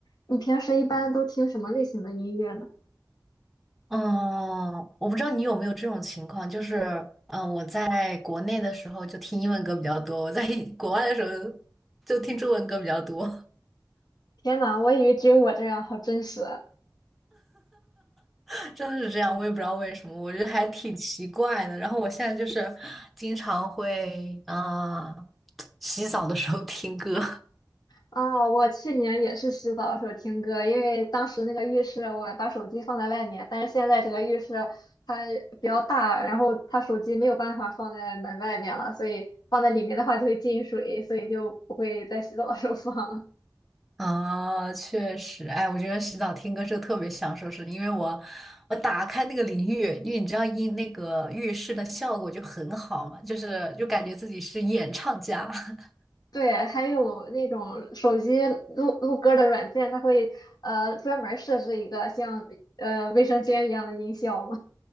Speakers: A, on the left (about 65°); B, in the centre.
A: 你平时一般都听什么类型的音乐呢？
B: 嗯，我不知道你有没有这种情况，就是，嗯，我在国内的时候就听英文歌比较多，我在国外的时候就听中文歌比较多，
A: 天呐，我以为只有我这样，好真实啊！
B: <laughs> 真的是这样，我也不知道为什么，我觉得还挺奇怪的。然后我现在就是经常会，嗯，<tsk> 洗澡的时候听歌。
A: 啊我去年也是洗澡的时候听歌，因为当时那个浴室我把手机放在外面，但是现在这个浴室它比较大，然后它手机没有办法放在门外面了，所以放在里面的话就会进水，所以就不会在洗澡的时候放了。
B: 啊，确实，哎，我觉得洗澡听歌是特别享受是因为我我打开那个淋浴，因为你知道音那个浴室的效果就很好嘛，就是就感觉自己是演唱家。<laughs>
A: 对，还有那种手机录录歌的软件，它会呃专门设置一个像呃卫生间一样的音效